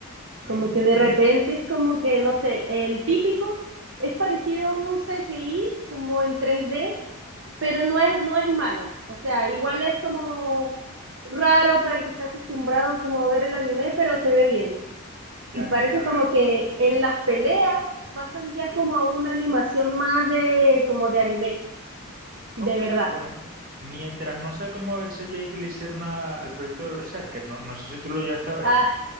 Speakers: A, on the right; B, on the right.
A: como
B: Mm,
A: que de repente es como que, no sé, el típico es parecido a un CGI como en tres d pero no es, no es malo. O sea, igual es como raro para el que está acostumbrado como a ver el anime, pero se ve bien.
B: ya
A: Y parece
B: mientras...
A: como que en las peleas pasan ya como
B: Sí.
A: a una animación más de como de anime, de
B: Ok,
A: verdad.
B: bueno. Mientras no sé cómo el CGI que le hicieron a- al proyecto de Berserker, no, no sé si tú lo llegaste a ver.
A: Ah,